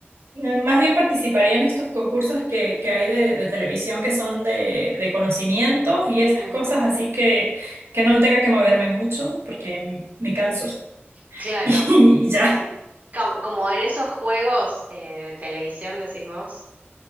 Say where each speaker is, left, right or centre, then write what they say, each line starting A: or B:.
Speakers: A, on the right; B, on the right.
A: eh, más bien participaría en estos concursos que, que hay de, de televisión que son de, de conocimientos y esas
B: Mm,
A: cosas, así que, que no tenga que moverme mucho porque me canso.
B: claro,
A: <laughs> y y ya.
B: sí. Como, como en esos juegos eh, de televisión, decís vos.